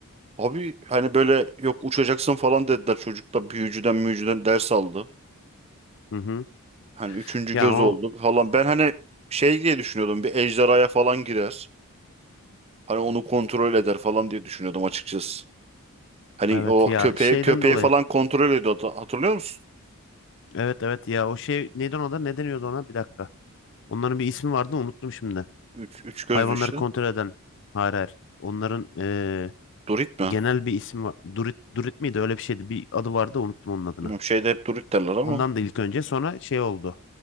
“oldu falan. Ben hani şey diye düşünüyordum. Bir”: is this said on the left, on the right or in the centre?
Right